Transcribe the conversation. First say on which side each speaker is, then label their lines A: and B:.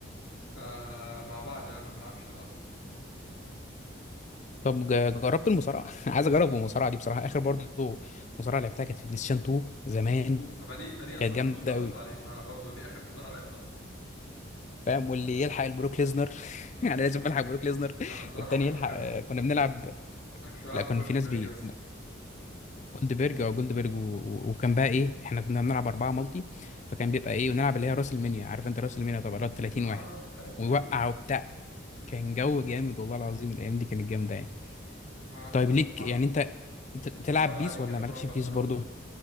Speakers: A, on the left; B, on the left.
A: فمع بعض لا ما بلعبش
B: طب جا- جربت المصارعه <laughs> عايز اجرب المصارعه دي بصراحه اخر برضو مصارعه لعبتها كانت في بلاي ستيشن 2 زمان
A: اوف ما دي ما دي اصلا
B: كانت جامده
A: طفولتي قضيت
B: قوي
A: عليها ما انا برضو دي اخر مصارعه لعبتها
B: فاهم واللي يلحق البروك ليزنر <laughs> يعني لازم الحق بروك ليزنر
A: انا الصراحه
B: والتاني
A: ما كنتش
B: يلحق
A: بحبه
B: آه، كنا بنلعب
A: انا كنت بلعب
B: لا كان
A: بجولدنبرج
B: في ناس بي
A: بس
B: جولدبرج او جولدبرج و... و- وكان بقى ايه احنا كنا بنلعب اربعه مالتي فكان بيبقى ايه ونلعب اللي هي راس المنيا عارف انت راس المنيا طبعا اللي هو 30
A: اه
B: واحد
A: اه 30
B: ويوقع
A: واحد
B: وبتاع
A: امم
B: كان جو جامد والله العظيم الايام دي كانت جامده يعني
A: ما الصراحه
B: طيب ليك يعني انت بت-
A: المصارعه
B: بتلعب بيس
A: دي كانت
B: ولا
A: خرافه
B: مالكش في بيس
A: الصراحه
B: برضو